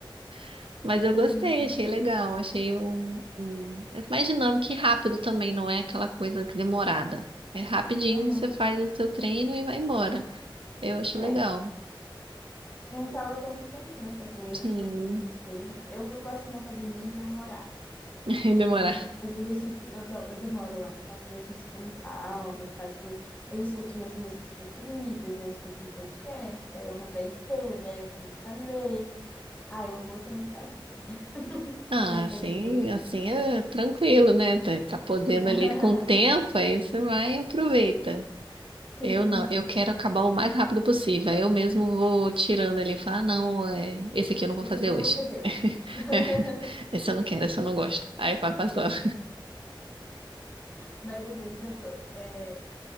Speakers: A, on the right; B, on the left.
A: <laughs> Mas eu
B: sim.
A: gostei, achei legal, achei um, um- é mais dinâmico e rápido também, não é aquela coisa que demorada. É rapidinho,
B: Uhum.
A: você faz o seu treino e vai embora. Eu acho
B: É,
A: legal.
B: não tava tanto tempo, né? Pra quem
A: Sim,
B: às vezes não tem muito tempo. Eu, eu gosto na academia e deu uma
A: <laughs> demorar
B: Eu gosto de fazer exercício, eu, do- eu demoro lá, eu faço exercício com calma, eu faço, eu escuto minhas músicas preferidas, eu escuto um podcast, daí eu vou pra esteira, daí eu começo a ler. Ah, eu vou sem pressa, assim, <laughs>
A: Ah,
B: na academia.
A: assim, assim é tranquilo, né? Tá, tá podendo
B: <laughs>
A: ali com o tempo, aí você vai e aproveita.
B: Sim.
A: Eu não, eu quero acabar o mais rápido possível. Aí eu mesmo vou tirando ali e falar, ah, não, é, esse aqui eu não vou
B: Esse
A: fazer
B: aqui eu não
A: hoje.
B: vou fazer hoje.
A: <laughs>
B: <laughs>
A: É, Esse eu não quero, esse eu não gosto. Aí vai passando.
B: Mas às vezes eu tô, é,